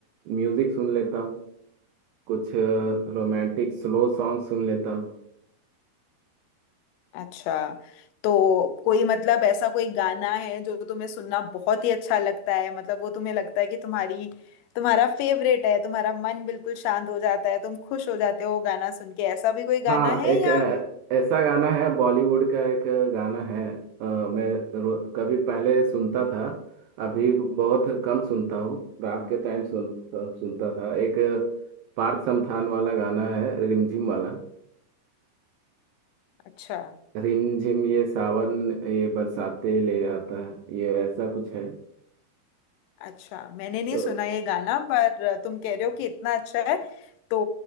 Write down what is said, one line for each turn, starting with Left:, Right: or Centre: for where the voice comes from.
Right: म्यूजिक सुन लेता हूँ कुछ रोमांटिक स्लो सॉन्ग सुन लेता हूँ
Left: अच्छा तो कोई मतलब ऐसा कोई गाना है जो तुम्हें सुनना बहुत ही अच्छा लगता है मतलब वो तुम्हें लगता है कि तुम्हारी तुम्हारा फेवरेट है तुम्हारा मन बिल्कुल शांत हो जाता है तुम खुश हो जाते हो वो गाना सुन के ऐसा भी कोई
Right: हाँ
Left: गाना है
Right: एक
Left: या
Right: अ, ऐसा गाना है बॉलीवुड का एक गाना है अ, मैं रो- कभी पहले सुनता था अभी बहुत कम सुनता हूँ रात के टाइम सुन सुनता था एक पार्थ समथान वाला गाना है रिमझिम वाला
Left: अच्छा
Right: रिम झिम ये सावन ये बरसाते ले आता है ये ऐसा कुछ है
Left: अच्छा मैंने नहीं
Right: तो
Left: सुना ये गाना पर तुम कह रहे हो कि इतना अच्छा है तो